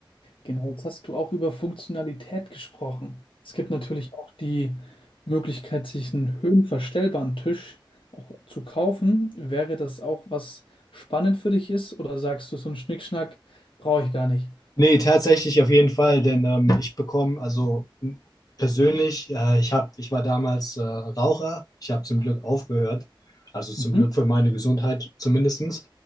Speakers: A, on the left (about 80°); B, on the left (about 45°).
A: Genau, jetzt hast du auch über Funktionalität gesprochen. Es gibt natürlich auch die Möglichkeit, sich einen höhenverstellbaren Tisch auch zu kaufen. Wäre das auch was spannend für dich ist oder sagst du, so einen Schnickschnack brauche ich gar nicht?
B: Nee, tatsächlich auf jeden Fall, denn ähm, ich bekomme, also m- persönlich, äh, ich hab, ich war damals äh, Raucher, ich habe zum Glück aufgehört, also zum
A: Mhm.
B: Glück für meine Gesundheit zumindestens.